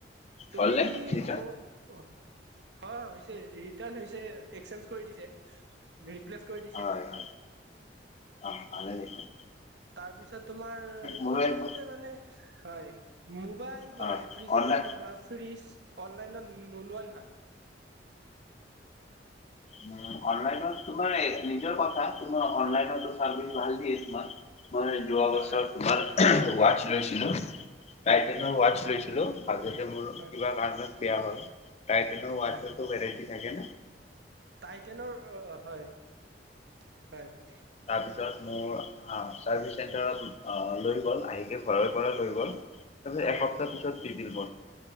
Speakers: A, on the right; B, on the left.
A: তুমি
B: হ'লনে হয়
A: মোৰ হয় হয় হৈছে ৰিটাৰ্ণ হৈছে এক্সচেঞ্জ কৰি দিছে। ৰিপ্লেছ কৰি দি-
B: হয় হয়, অঁহ ভালে দেখোন।
A: তাৰ পিছত তোমাৰ
B: মোৰো
A: মই ভাবো
B: একবাৰ
A: যে মানে, হয়। মোবাইল বা
B: অ
A: ৰেফ্ৰিযেটাৰ
B: অনলাইন
A: বা ফ্ৰিজ অনলাইনত নোলোৱাই ভাল।
B: উম' অনলাইনত তোমাৰ নিজৰ কথা তোমাৰ অনলাইনো চাৰ্ভিচ ভাল দিয়ে তোমাৰ। মই যোৱা
A: হয়
B: বছৰ
A: হয়
B: তোমাৰ ৱাতচ লৈছিলো তাইটনৰ ৱাতচ লৈছিলো। মাজতে মোৰ
A: হয়
B: কিবা কাৰণত বেয়া হয় টাইটেনৰ ওৱাটচতো
A: হয়
B: ভেৰাইটি থাকে না।
A: টাইটেনৰ হয় হয়।
B: তাপিছত মোৰ- অঁ চাৰ্ভিচ চেণ্টাৰত লৈ গ'ল আহিকে ঘৰৰ পৰা লৈ গ'ল। তাপিছত
A: হয়
B: এসপ্তাহ পিছত বিল দিব।